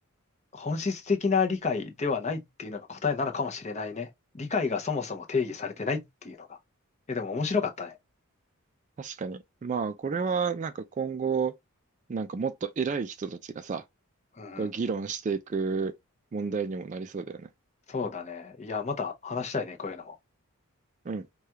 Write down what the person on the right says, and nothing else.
確かに。まあ、これはなんか今後、なんかもっと偉い人たちがさ、
こう議論していく問題にもなりそうだよね。
うん。